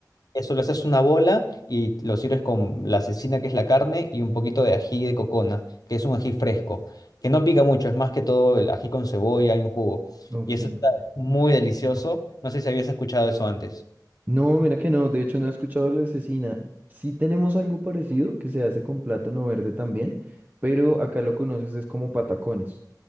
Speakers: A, on the left; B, on the right.
A: Eso lo haces una bola y lo sirves con la cecina, que es la carne, y un poquito de ají de cocona, que es un ají fresco, que no pica mucho, es más que todo el ají con cebolla y un jugo.
B: ok.
A: Y eso está muy delicioso. No sé si habías escuchado eso antes.
B: No, mira que no, de hecho no he escuchado la cecina. Sí tenemos algo parecido que se hace con plátano verde también, pero acá lo conoces es como patacones.